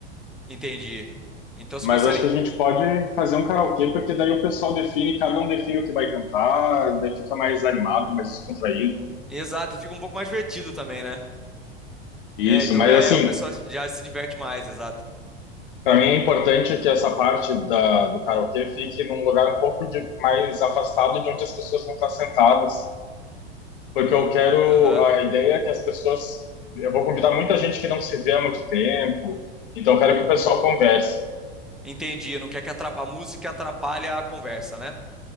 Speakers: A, in the centre; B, on the left.
A: entendi. Então você
B: mas
A: gostaria,
B: acho que a gente pode fazer um karaokê, porque daí o pessoal define, cada um define o que vai cantar, daí fica mais animado, mais descontraído.
A: Exato, e fica um pouco mais divertido também, né?
B: Isso,
A: É, então
B: mas
A: é,
B: assim,
A: o pessoal já se diverte mais, exato.
B: Para mim é importante que essa parte da, do karaokê fique num lugar um pouco de- mais afastado de onde as pessoas vão estar sentadas, porque eu quero,
A: Aham.
B: a ideia é que as pessoas, eu vou convidar muita gente que não se vê há muito tempo, então eu quero que o pessoal converse,
A: Entendi, não quer que atrapa- a música atrapalhe a conversa, né?